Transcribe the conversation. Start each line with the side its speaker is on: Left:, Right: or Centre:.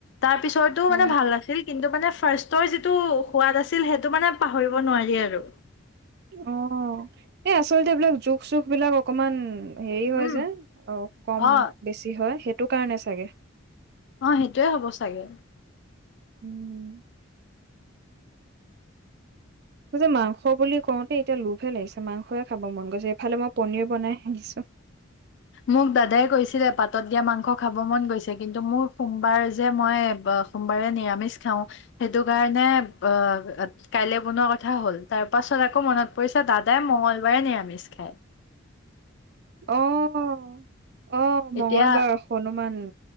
Left: তাৰ পিছতো
Right: অ
Left: মানে ভাল আছিল কিন্তু মানে ফাৰ্ষ্টৰ যিটো সোৱাদ আছিল সেইটো মানে পাহৰিব নোৱাৰি আৰু।।
Right: অঁ এই আচলতে এইবিলাক জোখ চুখ বিলাক অকমান। হেৰি হয়
Left: উম
Right: যে অ কম
Left: অ
Right: বেছি হয় সেই সেটো কাৰণে চাগে
Left: অ সেইটোৱে হ'ব চাগে
Right: উম যে মাংস বুলি কওঁতে এতিয়া লোভহে লাগিছে মাংসে খাব মন গৈছে এইফালে মই পনীৰ বনাই আহিছো
Left: মোক দাদাই কৈছিলে পাতত দিয়া মাংস খাব মন গৈছে কিন্তু মোৰ সোমবাৰ যে মই সোমবাৰে নিৰামিষ খাওঁ সেইটো কাৰণে আহ কাইলৈ বনোৱা কথা হ'ল তাৰ পাছত আকৌ মনত পৰিছে দাদাই মঙ্গলবাৰে নিৰামিষ খায়
Right: অহ অ
Left: এতিয়া
Right: মঙ্গলবাৰ হনুমান